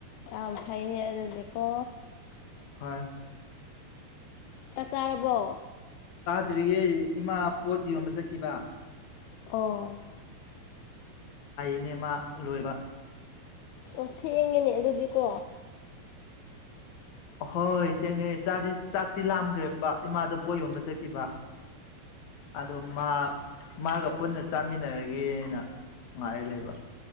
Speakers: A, on the left (about 80°); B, on the left (about 55°).
A: ꯑ ꯐꯩ ꯑꯗꯨꯗꯤꯀꯣ
B: ꯍꯣꯏ
A: ꯆꯥꯛ ꯆꯥꯔꯕꯣ
B: ꯗ꯭ꯔꯤꯌꯦ ꯏꯃꯥ ꯄꯣꯠ ꯌꯣꯟꯕꯖꯈꯤꯕ
A: ꯑꯣ
B: ꯁꯤꯅꯦꯃꯥ ꯂꯣꯏꯕ
A: ꯑꯣ ꯊꯤ ꯌꯦꯉꯅꯦ ꯑꯗꯨꯗꯤꯀꯣ
B: ꯑꯍꯣꯏ ꯊꯦꯡꯉꯦ ꯆꯥꯗꯤ ꯆꯥꯛꯇꯤ ꯂꯥꯝꯈ꯭ꯔꯦꯕ ꯏꯃꯥꯗꯣ ꯄꯣꯠ ꯌꯣꯟꯕ ꯆꯠꯈꯤꯕ ꯑꯣ ꯃꯥ ꯃꯥꯒ ꯄꯨꯟꯅ ꯆꯥꯃꯤꯟꯅꯔꯒꯦꯅ ꯉꯥꯏꯔꯤ ꯂꯩꯕ